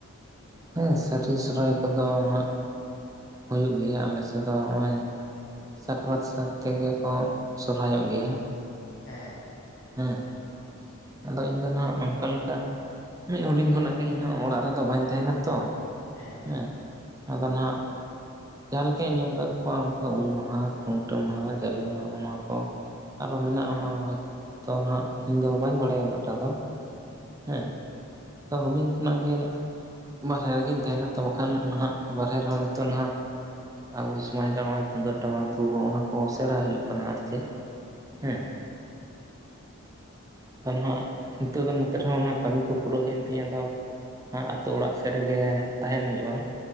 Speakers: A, on the right (about 15°); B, on the left (about 40°).
A: ᱦᱮᱸ ᱥᱟᱹᱨᱤ ᱥᱚᱨᱦᱟᱭ ᱠᱚᱫᱚ ᱦᱟᱸᱜ ᱦᱩᱭᱩᱜ ᱜᱮᱭᱟ ᱟᱞᱮ ᱥᱮᱫ ᱫᱚ ᱱᱚᱜᱼᱚᱭ ᱥᱟᱠᱨᱟᱛ ᱥᱟᱛ ᱛᱮᱜᱮ ᱠᱚ ᱥᱚᱦᱚᱨᱟᱭᱚᱜ ᱜᱮᱭᱟ᱾
B: ᱦᱮᱸ,
A: ᱦᱮᱸ, ᱟᱫᱚ ᱤᱧ ᱫᱚ ᱦᱟᱸᱜ ᱚᱱᱠᱟ ᱞᱮᱠᱟ ᱢᱤᱫ ᱦᱩᱰᱤᱧ ᱠᱷᱚᱱᱟᱜ ᱜᱮ ᱤᱧᱦᱚᱸ ᱚᱲᱟᱜ ᱨᱮᱫᱚ ᱵᱟᱹᱧ ᱛᱟᱦᱮᱸᱱᱟ ᱛᱚ᱾
B: ᱦᱮᱸ᱾
A: ᱦᱮᱸ ᱟᱫᱚ ᱱᱟᱦᱟᱸᱜ ᱡᱟᱸᱦᱟ ᱞᱮᱠᱟᱧ ᱟᱸᱡᱚᱢ ᱠᱟᱫ ᱠᱚᱣᱟ ᱚᱱᱠᱟ ᱩᱢ ᱢᱟᱦᱟ ᱠᱷᱩᱱᱴᱟᱹᱣ ᱢᱟᱦᱟ ᱡᱟᱞᱮ ᱢᱟᱦᱟ ᱚᱱᱟ ᱠᱚ ᱟᱨᱦᱚ ᱢᱮᱱᱟᱜᱼᱟ
B: ᱦᱮᱸ
A: ᱚᱱᱟ ᱫᱚ ᱱᱟᱦᱟᱸᱜ ᱤᱧᱫᱚ ᱵᱟᱹᱧ ᱵᱟᱲᱟᱭᱟ ᱩᱱᱟᱹᱜ ᱴᱟ ᱫᱚ ᱦᱮᱸ ᱟᱫᱚ ᱦᱩᱰᱤᱧ ᱠᱷᱚᱱᱟᱜ ᱜᱮ ᱵᱟᱨᱦᱮ ᱨᱮᱜᱮᱧ ᱛᱟᱦᱮᱸᱱᱟ ᱛᱚ ᱵᱟᱠᱷᱟᱱ ᱱᱟᱦᱟᱸᱜ ᱵᱟᱨᱦᱮ ᱨᱮᱦᱚᱸ ᱱᱤᱛᱚᱜ ᱱᱟᱦᱟᱸᱜ ᱟᱵᱚ ᱥᱚᱢᱟᱡᱽ ᱨᱮ ᱱᱚᱜᱼᱚᱭ ᱛᱩᱢᱫᱟᱜ ᱴᱟᱢᱟᱠ ᱨᱩ ᱚᱱᱟ ᱠᱚ ᱥᱮᱬᱟ ᱦᱩᱭᱩᱜ ᱠᱟᱱᱟ ᱟᱨᱠᱤ ᱦᱮᱸ᱾ ᱟᱨᱦᱟᱸᱜ ᱱᱤᱛᱚᱜ ᱫᱚ ᱱᱚᱛᱮ ᱨᱮᱦᱚᱸ ᱚᱱᱟ ᱠᱟᱹᱢᱤ ᱠᱚ ᱯᱩᱨᱟᱹᱣ ᱦᱮᱡ ᱮᱱ ᱛᱤᱧᱟᱹ ᱟᱫᱚ ᱟᱛᱩ ᱚᱲᱟᱜ ᱥᱮᱫ ᱨᱮᱜᱮ ᱛᱟᱦᱮᱸᱱ ᱦᱩᱭᱩᱜᱼᱟ